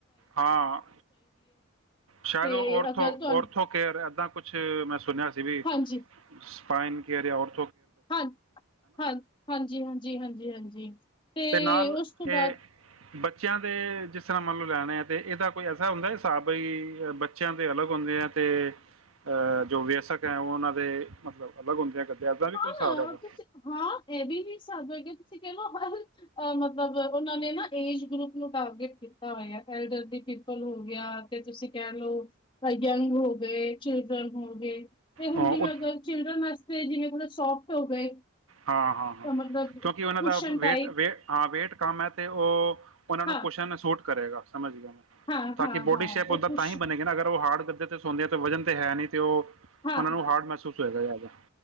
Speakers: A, on the right; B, on the left.
A: ਹਾਂ ਸ਼ਾਇਦ
B: ਤੇ
A: ਉਹ ਔਰਥੋ
B: ਅਗਰ ਤੁਹਾਨੂੰ
A: ਔਰਥੋ ਕੇਅਰ ਏਦਾਂ ਕੁੱਛ ਮੈਂ ਸੁਣਿਆ ਸੀ ਵੀ
B: ਹਾਂਜੀ
A: ਸਪਾਈਨ ਕੇਅਰ ਔਰ
B: ਹਾਂ, ਹਾਂ, ਹਾਂਜੀ-ਹਾਂਜੀ-ਹਾਂਜੀ ਜੀ ਹਾਂਜੀ ਤੇ
A: ਨਾਲ
B: ਉਸ ਤੋਂ ਬਾਅਦ
A: ਇਹ ਬੱਚਿਆਂ ਦੇ ਜਿਸ ਤਰ੍ਹਾਂ ਮੰਨ ਲਓ ਲੈਣੇ ਆ ਤੇ ਇਸਦਾ ਕੋਈ ਐਸਾ ਹੁੰਦਾ ਹਿਸਾਬ ਬਈ ਬੱਚਿਆਂ ਦੇ ਅਲੱਗ ਹੁੰਦੇ ਐ ਤੇ ਅਹ ਜੋ ਵਿਅਸਕ ਐ ਉਹਨਾਂ ਦੇ ਮੱਤਲਬ ਅਲੱਗ ਹੁੰਦੇ ਆ ਐਸਾ ਵੀ
B: ਹਾਂ
A: ਕੋਈ ਹਿਸਾਬ ਹੈਗਾ
B: ਤੁਸੀਂ ਹਾਂ ਇਹ ਵੀ ਨੀ ਸਾਬ ਕਰ ਕੇ ਤੁਸੀਂ ਕਹਿ ਲਉ ਅ ਮਤਲਬ ਉਹਨਾਂ ਨੇ ਨਾ ਏਜ ਗਰੁੱਪ ਨੂੰ ਟਾਰਗੇਟ ਕੀਤਾ ਹੋਇਆ ਐਲਡਰਲੀ ਪੀਪਲ ਹੋ ਗਿਆ ਤੇ ਤੁਸੀਂ ਕਹਿ ਲਓ ਯੰਗ ਹੋ ਗਏ, ਚਿਲਡਰਨ ਹੋ ਗਏ ਤੇ ਹੁਣ
A: ਹਾਂ,
B: ਜਿਵੇਂ
A: ਉਹ-
B: ਅਗਰ ਚਿਲਡਰਨ ਵਾਸ ਫ਼ਿਰ ਜਿਵੇਂ ਪਲੱਸ। ਸੋਫਟ ਹੋ ਗਏ।
A: ਹਾਂ, ਹਾਂ ਹਾਂ,
B: ਤਾਂ ਮਤਲਬ
A: ਕਿਉਂਕਿ ਉਹਨਾਂ
B: ਕੁਸ਼ਨ
A: ਦਾ
B: ਟਾਈਪ
A: ਵੇਟ ਵੇ ਹਾਂ ਵੇਟ ਕਮ ਹੈ ਤੇ ਉਹ ਉਹਨਾਂ ਨੂੰ
B: ਹਾਂ,
A: ਕੂਸ਼ਨ ਕਰੇਗਾ ਸਮਝ ਗਿਆ।
B: ਹਾਂ,
A: ਤਾਂ
B: ਹਾਂ,
A: ਕਿ ਬੋਡੀ
B: ਹਾਂ
A: ਸ਼ੇਪ
B: ਉਹ
A: ਉਹਦਾ
B: ਕੁਸ਼
A: ਤਾਂ ਹੀ ਬਣੇਗਾ ਨਾ, ਅਗਰ ਉਹ ਹਾਰਡ ਕਰਦੇ ਸੁਣਦੇ ਹਾਂ ਤਾਂ ਵਜ਼ਨ ਤਾਂ ਹੈ ਨਹੀਂ, ਤੇ ਉਹ
B: ਹਾਂ,
A: ਉਹਨਾਂ ਨੂੰ ਹਾਰਡ ਮਹਿਸੂਸ ਹੋਏਗਾ ਜਿਆਦਾ।